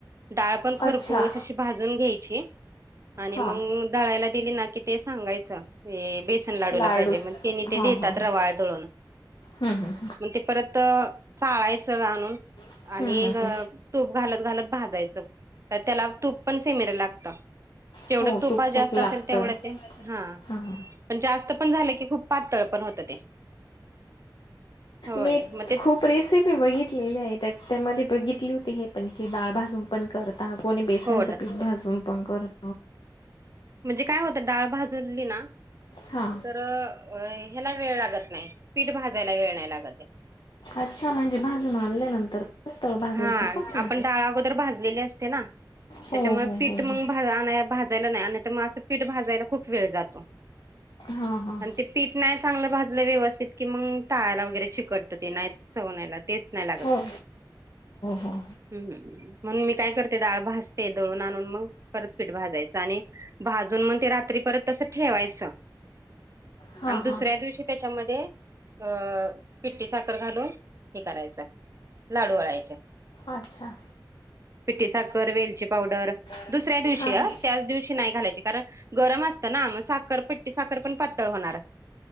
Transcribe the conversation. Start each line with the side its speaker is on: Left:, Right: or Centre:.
Right: डाळ पण खरपूस
Left: अच्छा
Right: अशी भाजून घ्यायची आणि
Left: हां
Right: मग धळायला दिली ना की ते सांगायचं बेसन लाडूला
Left: लाडूस
Right: पाहिजे मण म
Left: हां
Right: ते देतात
Left: हां हां
Right: र वाळ दळून
Left: हं हं
Right: मग ते परत चाळायचं घणून
Left: हं
Right: आणि
Left: हं हं
Right: तूप घालत घालत भाजायचं का त्याला तूप पण सेमर लागत जेवढ
Left: हो
Right: तुप
Left: तूप खूप
Right: जास्त
Left: लागतं
Right: असेल तेवढ ते हा
Left: हां
Right: पण जास्त पण झालं की खूप पातळ पण होत ते होय
Left: मी
Right: मग ते
Left: खूप रेसिपी बघितलेली आहे त्या त्यामध्ये बघितली होती हे पणखी डाळ भाजून पण करता कोणी बेसनचं
Right: हो
Left: पीठ भाजून पण करत
Right: म्हणजे काय होतं डाळ भाजूनली ना
Left: हां
Right: तर अ ह्याला वेळ लागत नाही पीठ भाजायला वेळ नाही लागत
Left: अच्छा म्हणजे भाजून आणल्यानंतर परत भाजायचं
Right: हा
Left: का ते
Right: आपण डाळा अगोर भाजलेले असते ना
Left: हो
Right: त्याच्यामुळे
Left: हो हो
Right: पीठ
Left: हो नाही
Right: मग भाजायला नाही आणि तर मग असं पीठ भाजायला खूप वेळ जातो
Left: हा हा
Right: आणि ते पीठ नाही चांगलं भाजलं व्यवस्थित कि मग टाळायला वगैरे चिकडतं ते नाही सवनायला तेच नाही
Left: हो हो
Right: हम् म्हणून मी काय डाळ भजते दळून आणून मग परतपीठ भाजायचं आणि भाजून मग ते रात्री परत तस ठेवायचं
Left: हां
Right: आणि दुसऱ्या
Left: हां
Right: दिवशी त्याच्यामध्ये अ पिट्टी साखर घालून हे करायचं लाडू वळायचे
Left: अच्छा
Right: पिठठी साखर वेलची पावडर
Left: हा,
Right: दुसऱ्या दिवशी
Left: हा.
Right: अ त्याच दिवशी नाही घालायची कारण गरम असतं ना मग साखर पट्टी साखर पण पातळ होणार